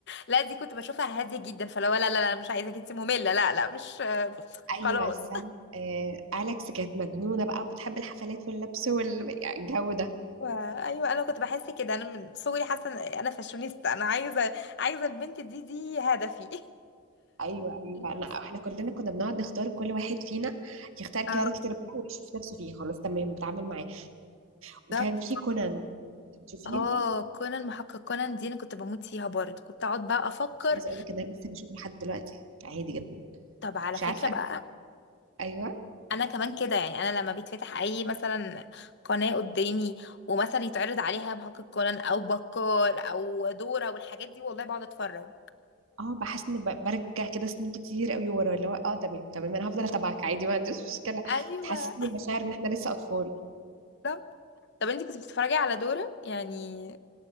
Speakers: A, on the left (about 50°); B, on the right (about 65°).
A: لا دي كنت بشوفها هاديه جدا فلو لا لا لا مش عايزاك انت ممله لا لا مش <laughs>
B: <laughs> ايوه
A: خلاص
B: سام آه اليكس كانت مجنونه بقى بتحب الحفلات واللبس والجو ده
A: ايوه أيوة، انا كنت بحس كده انا من صغري حاسه إن انا فاشونيستا انا عايزه عايزه البنت دي دي هدفي <laughs>
B: ايوه ايوه
A: لا
B: لا
A: صح
B: احنا كلنا كنا بنقعد نختار كل واحد فينا يختار كاركتر
A: اه
B: بقى ويشوف نفسه فيه خلاص تمام بتعامل معاه وكان
A: بالظبط
B: في كونان بتشوفيه
A: اه كونان محقق كونان دي انا كنت بموت فيها برضه كنت اقعد بقى افكر
B: مش عايزه اقول لك ان انا لسه بشوفه لحد دلوقتي عادي جدا
A: طب على
B: مش
A: فكره
B: عارفه
A: بقى
B: ايوه
A: انا كمان كده يعني انا لما بيتفتح اي مثلا قناه قدامي ومثلا يتعرض عليها محقق كونان او بكار او دورة والحاجات دي والله بقعد اتفرج
B: اه بحس ان ب- برجع كده سنين كتير قوي ورا اللي هو اه تمام تمام انا هفضل اتابعك عادي ما عنديش مشكله
A: ايوه
B: تحسسني بمشاعر ان احنا لسه اطفال
A: طب طب انت كنت بتتفرجي على دورة يعني